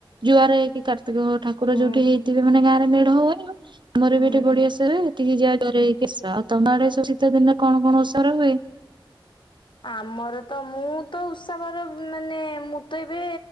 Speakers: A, on the right; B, on the left.
A: ଯୁଆର ହେଇକି କାର୍ତିକ ଠାକୁର
B: ହୁଁ
A: ଯୋଉଠି ହେଇଥିବେ ମାନେ ଗାଁରେ ମେଢ ହୁଏ ଆଉ ଆମର
B: ହୁଁ
A: ବି ଏଠି ବଢିଆସେ
B: ହୁଁ।
A: ହୁଏ। ଟିକେ ଯା ଡରେହେଇକି କିସ ଆଉ ତମ ଆଡେ ଏ ଶୀତ ଦିନରେ କଣ କଣ ଓସାରା ହୁଏ?
B: ଆମର ତ ମୁଁ ତ ଉଷାବାର ମାନେ ମୁଁ ତ ଏବେ